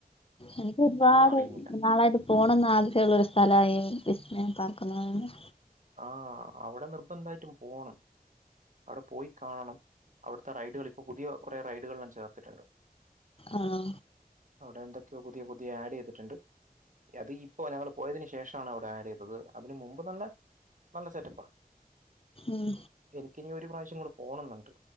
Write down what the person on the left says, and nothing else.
എനിക്ക് ഒരുപാട്
നാളായിട്ട് പോണംന്ന് ആഗ്രഹുള്ള ഒരു സ്ഥലയി വിസ്മയ പാർക്ക് എന്ന് പറയുന്നേ.
ആണോ
ഉം